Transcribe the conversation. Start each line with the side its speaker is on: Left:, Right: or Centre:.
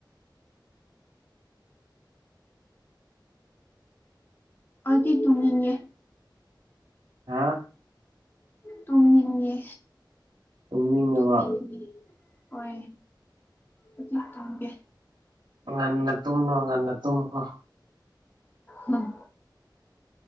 Left: ꯑꯗꯨꯗꯤ ꯇꯨꯡ ꯏꯟꯒꯦ
Right: ꯍꯥꯥ
Left: ꯇꯨꯝꯅꯤꯡꯉꯦ
Right: ꯇꯨꯝꯅꯤꯡꯉꯦꯕ
Left: ꯇꯨꯝꯅꯤꯡꯉꯦ ꯍꯣꯏ ꯑꯗꯨꯗꯤ ꯇꯨꯝꯒꯦ
Right: ꯉꯟꯅ ꯇꯨꯝꯃꯣ ꯉꯟꯅ ꯇꯨꯝꯃꯣ
Left: ꯎꯝ